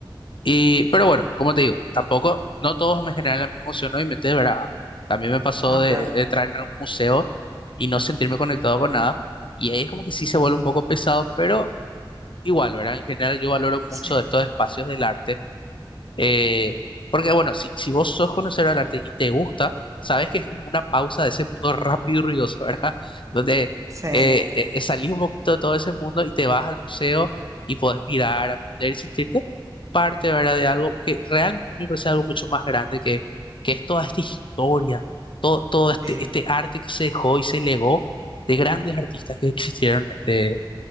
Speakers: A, on the left; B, on the right.
A: Y, pero bueno, como te digo, tampoco, no todos me generan la misma emoción, obviamente, de verdad. También me pasó
B: No,
A: de,
B: claro.
A: de entrar en algún museo y no sentirme conectado con nada. Y ahí es como que sí
B: Mm,
A: se vuelve un poco pesado, pero igual, ¿verdad? En general yo valoro mucho
B: Sí,
A: estos espacios del arte eh, porque bueno, si, si vos sos conocedor del arte y te gusta, sabes que es como una pausa de ese mundo rápido y ruidoso, <laughs> ¿verdad? Donde
B: sí,
A: eh, eh, eh, salís un poquito de todo ese mundo y te vas al museo y podés mirar, aprender y sentirte parte, ¿verdad? De algo que realmente a mí me parece algo mucho más grande que, que es toda esta historia, todo, todo este,
B: sí,
A: este arte que se dejó y se legó de grandes artistas que existieron en este,